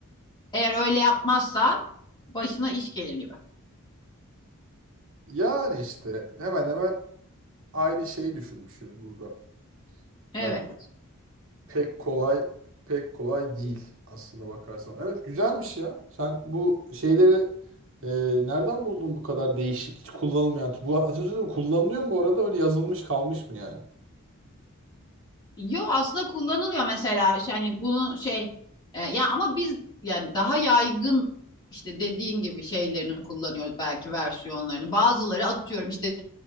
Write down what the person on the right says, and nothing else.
Yani işte hemen hemen aynı şeyi düşünmüşüz burada.
Yani pek kolay pek kolay değil aslında bakarsan. Evet güzelmiş ya. Sen bu şeyleri eee, nereden buldun bu kadar değişik? Hiç kullanılmayan. Bu atasözleri kullanılıyor mu bu arada? Öyle yazılmış kalmış mı yani?